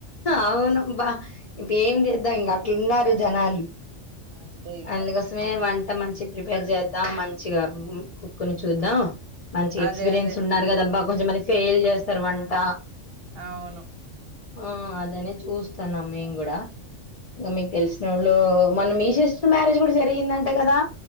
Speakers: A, on the left; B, on the right.
A: అవును బా ఇప్పు ఏం జేద్దాం ఇంగ అట్లున్నార్ జనాలు
B: అంతే ఇంకా
A: అందుకోసమే వన్ అంత మంచి ప్రిపేర్ చేద్దాం మంచిగా మ్ కుక్ని చూద్దాం మంచి ఎక్స్పీరియన్స్
B: అదే అదే
A: ఉన్నారు గదాబ్బా కొంచెంమ ఫేల్ జేస్తరు వంట
B: అవును
A: ఆ అదేనె చు చూస్తున్నాం మేమ్ గుడా ఇగ మీక్తెల్సినోళ్ళు మొన్న మీ సిస్టర్ మ్యారేజ్ గుడా జరిగిందంట గదా